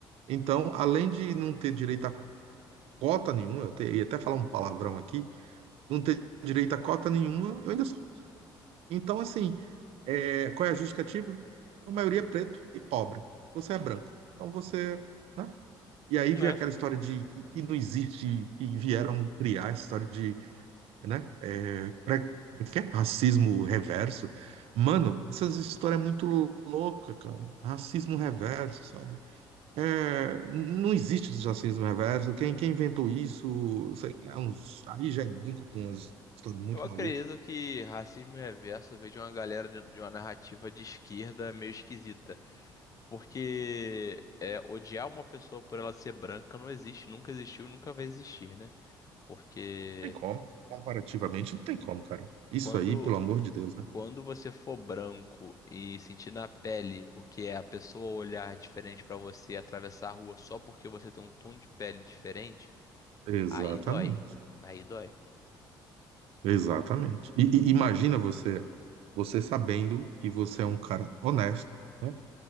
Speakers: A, on the right; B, on the left.
A: Então, além de não ter direito a cota nenhuma, eu te- ia até falar um palavrão aqui, não ter direito a cota nenhuma, eu ainda sou. Então, assim, é, qual é a justificativa? A maioria é preto e pobre. Você é branco. Então você, né? E aí
B: É.
A: vem aquela história de que, que não existe, que vieram criar essa história de, né? É, pré- como é que é? Racismo reverso. Mano, essas histórias é muito louca, cara. Racismo reverso, sabe? É, não existe o jacismo reverso. Quem, quem inventou isso, sei lá, uns- aí já é brinco com umas histórias muito
B: Eu acredito
A: malucas.
B: que racismo reverso veio de uma galera de de uma narrativa de esquerda meio esquisita. Porque é, odiar uma pessoa por ela ser branca não existe, nunca existiu, nunca vai existir, né? Porque
A: Não tem como. Comparativamente, não tem como, cara. Isso
B: quando,
A: aí, pelo amor de Deus, né?
B: quando você for branco e sentir na pele o que é a pessoa olhar diferente pra você e atravessar a rua só porque você tem um tom de pele diferente,
A: Exatamente.
B: aí dói. Aí dói.
A: Exatamente. E, e imagina você, você sabendo que você é um cara honesto, né?